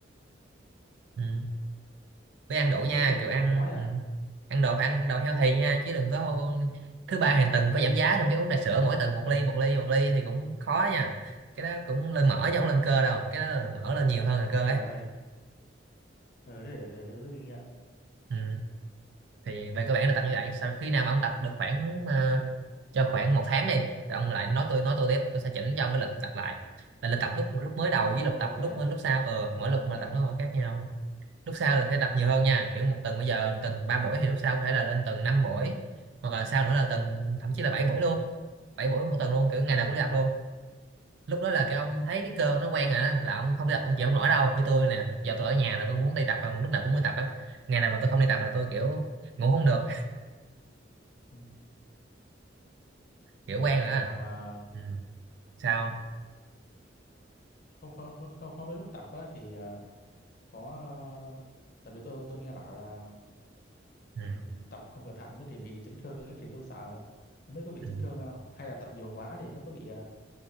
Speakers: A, on the right; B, on the left.
A: ừ. với ăn đủ
B: thế cũng
A: nha
B: mấy nhỉ
A: kiểu
B: thế
A: ăn
B: cũng khó nhỉ
A: ừ. ăn đồ phải ăn đồ healthy nha chứ đừng có thứ ba hàng tuần có giảm giá xong cái uống trà sữa mỗi tuần một ly một ly một ly thì cũng khó nha cái đó cũng lên mỡ chứ không lên cơ đâu cái đó là mỡ lên nhiều hơn là cơ
B: trời
A: ấy
B: ơi ừ thế để để tôi rút kinh nghiệm
A: ừ. thì về cơ bản là tập như vậy sau khi nào mà ông tập được khoảng ờ, cho khoảng một tháng đi thì ông lại nói tôi nói tôi tiếp tôi sẽ chỉnh cho ông cái lịch tập lại là lịch tập lúc lúc mới đầu với
B: Ồ,
A: lịch tập
B: ok
A: lúc lúc sau ờ
B: cảm
A: mỗi
B: ơn
A: lúc
B: ông
A: mà
B: nha
A: tập nó còn khác nhau lúc sau là sẽ tập nhiều hơn nha kiểu một tuần bây giờ tuần ba buổi thì lúc sau có thể là lên tuần năm buổi hoặc là sau nữa là tuần thậm chí là bảy buổi luôn bảy buổi một tuần luôn kiểu
B: trời
A: ngày
B: ơi
A: nào cũng đi tập luôn lúc đó là cái ông thấy cái cơ nó quen rồi đó là ông không đi tập ông chịu không nổi đâu như tôi nè giờ tôi ở nhà là tôi muốn đi tập còn lúc nào cũng đi tập á ngày nào mà tôi không đi tập là tôi kiểu ngủ không được
B: Ừ.
A: kiểu quen rồi á
B: à, mà
A: ừ. sao
B: không không không không không mấy lúc tập á thì à, có à, tại vì tôi tôi nghe bảo là
A: ừ.
B: ừ, tập không cẩn thận ấy thì bị chấn thương ấy, thì tôi sợ không biết có bị
A: Ừ.
B: chấn thương không hay là tập nhiều quá thì nó có bị ờ,